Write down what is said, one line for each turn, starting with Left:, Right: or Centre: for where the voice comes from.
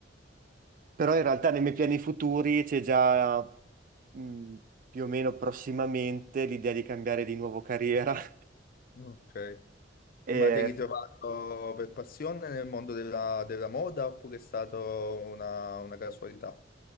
Right: Però in realtà nei miei piani futuri c'è già, mh, più o meno prossimamente l'idea di cambiare di nuovo carriera. <laughs>
Left: mm, ok.
Right: E
Left: Ma ti hai ritrovato per passione nel mondo della, della moda oppure è stata una, una casualità?